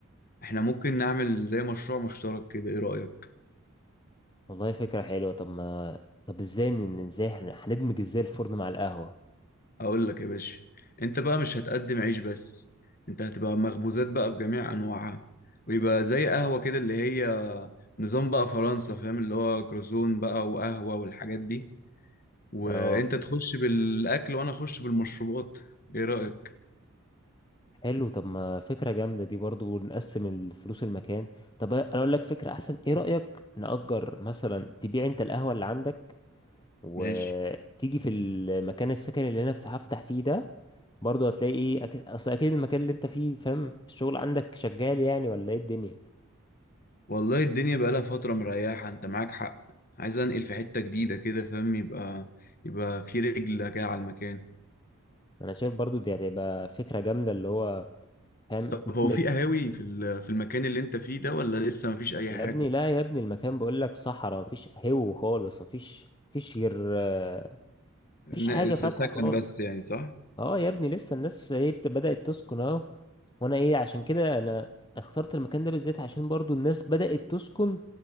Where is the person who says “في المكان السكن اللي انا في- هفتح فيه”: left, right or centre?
Left